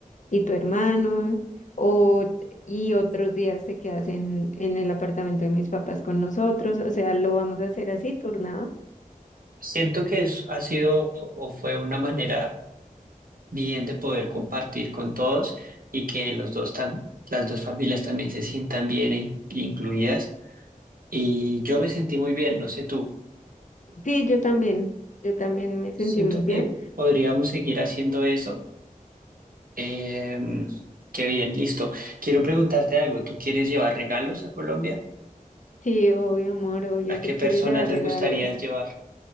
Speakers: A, on the left; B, on the right.
A: y tu hermano, o, y otros días te quedas en, en el apartamento de mis papás con nosotros. O sea, lo vamos a hacer así, turnado.
B: Siento que es- ha sido o fue una manera bien de poder compartir con todos y que los dos tan, las dos familias también se sientan bien e in- incluidas. Y yo me sentí muy bien, no sé tú.
A: Sí, yo también, yo también me sentí
B: Siento
A: muy bien.
B: que podríamos seguir haciendo eso. Em, qué bien, listo. Quiero preguntarte algo. ¿Tú quieres llevar regalos a Colombia?
A: Sí, obvio, amor, obvio,
B: ¿A
A: yo
B: qué
A: quiero
B: personas
A: llevar
B: les
A: regalos.
B: gustaría llevar?